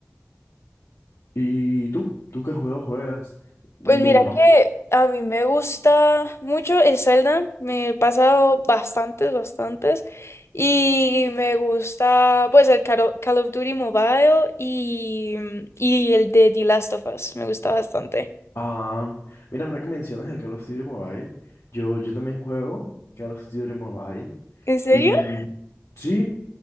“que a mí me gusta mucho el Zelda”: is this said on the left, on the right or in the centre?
Left